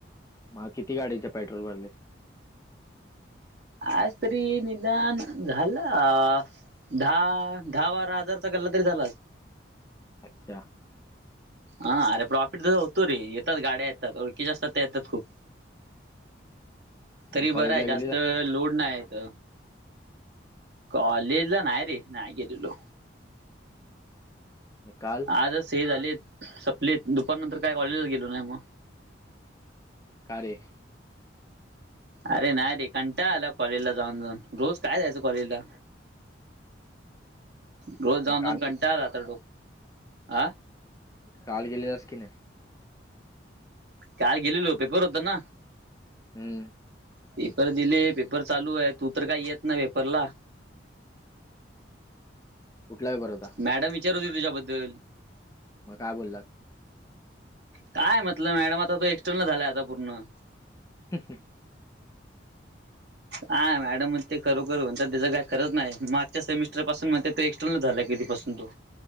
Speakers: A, on the left; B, on the right.
A: म किती गाडीचे पेट्रोल भरले?
B: आज तरी निदान झालं अ दहा दहा बारा हजारचा गल्ला तरी झाला आज.
A: आच्छा
B: आ आरे प्रॉफिट तसा होतो रे येतात गाड्या येतात ओळ त येतात खूप तरी
A: मग कॉलेजला
B: बर आहे जास्त
A: गेलेला
B: लोड नाहीत कॉलेजला नाही रे नाही गेलेलो.
A: काल
B: आजच हे झालेत सपले दुपार नंतर काय कॉलेजला गेलो नाही मग.
A: कारे?
B: अरे नाही रे कंटाळा आला कॉलेजला जाऊन, जाऊन रोज काय जायचं कॉलेजला. रोज जाऊन,
A: मग काल
B: जाऊन कंटाळा आला तर डोक हा
A: काल गेलेलास की नाही?
B: काल गेलेलो पपर होतेना.
A: हम्म.
B: पेपर दिले पेपर चालू आहे तू तर काही येत नाही पेपरला
A: कुठला पेपर होता?
B: मॅडम विचारत होती तुझ्याबद्दल
A: मग काय बोललात?
B: काय म्हटलं मॅडम आता तो एक्सटर्नल झालाय आता पूर्ण.
A: हम्म, हम्म.
B: हा मॅडम मग ते करु करू त्याचं काही खरंच नाही मागच्या सेमिस्टर पासून म्हणतात तो झाला कधीपसून तो